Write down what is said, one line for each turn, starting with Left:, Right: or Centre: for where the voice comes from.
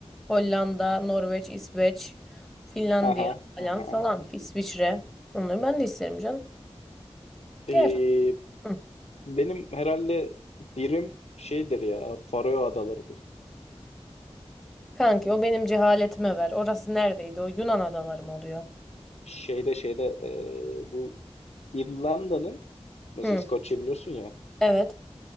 Centre: Hollanda, Norveç, İsveç, Finlandiya
Left: aha
Centre: falan
Left: aha.
Centre: falan, İsviçre. Onları ben de isterim canım.
Left: Ee,
Centre: Gel. Hı.
Left: Benim herhalde birim şeydir ya Faroe Adaları'dır.
Centre: Kanki o benim cehaletime ver. Orası neredeydi? O Yunan adaları mı oluyor?
Left: Şeyde şeyde e, bu İrlanda'nın mesela
Centre: Hı.
Left: İskoçya biliyorsun ya
Centre: Evet.